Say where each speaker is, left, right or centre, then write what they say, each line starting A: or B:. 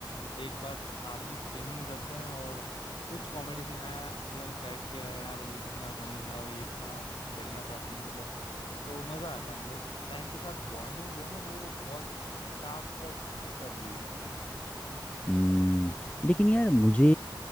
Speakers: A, on the left; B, on the left.
A: एक बार साथ में स्ट्रीमिंग करते हैं और कुछ कॉमेडी सीन आया तुरंत चैट किया यार ये कितना फनी था और ये कितना बढ़िया था सीन मतलब तो मजा आता है मतलब एक फ्रेंड के साथ बॉन्डिंग जो है ना वो बहुत हिसाब तक बेहतर हुई है यार मेरी तो
B: हम्म लेकिन यार मुझे